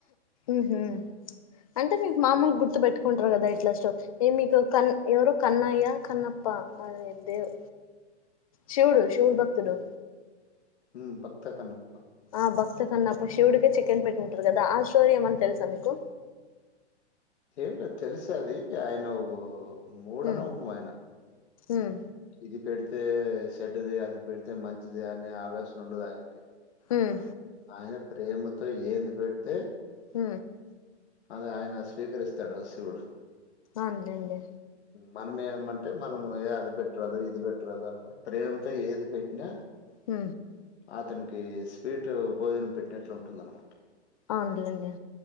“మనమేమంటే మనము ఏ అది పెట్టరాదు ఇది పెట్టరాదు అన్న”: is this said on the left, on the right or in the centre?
Left